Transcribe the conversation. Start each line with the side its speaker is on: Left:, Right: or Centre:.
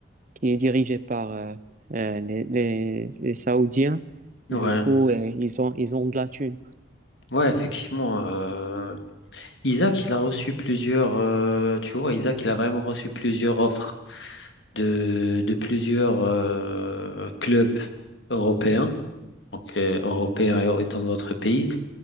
Right: qui est dirigée par euh, euh, les, les- les Saoudiens.
Left: Ouais,
Right: Du coup, euh, ils ont, ils ont de la thune.
Left: ouais, effectivement. euh, Isaac, il a reçu plusieurs, euh, tu vois, Isaac, il a vraiment reçu plusieurs offres de, de plusieurs euh, clubs européens, donc euh, européens et dans d'autres pays.